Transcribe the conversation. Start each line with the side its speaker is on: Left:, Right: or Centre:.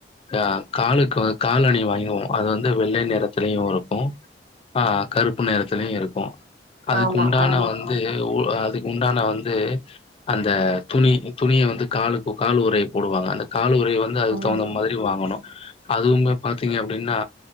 Left: அ காலுக்கு வ காலணி வாங்கிவோ அது வந்து வெள்ளை நிறத்திலயு இருக்கு ஆ கருப்பு நிறத்திலயு இருக்கு அதுக்கு
Right: ஆமா
Left: உண்டான
Right: ஆமா
Left: வந்து உ அ அதுக்கு உண்டான வந்து அந்த துணி துணிய வந்து காலு காலுரைய போடுவாங்க அந்த காலுரைய வந் அதுக்குதகுந்த
Right: ம்
Left: மாரி வாங்கணு அதுவுமே பாத்தீங்க அப்டின்னா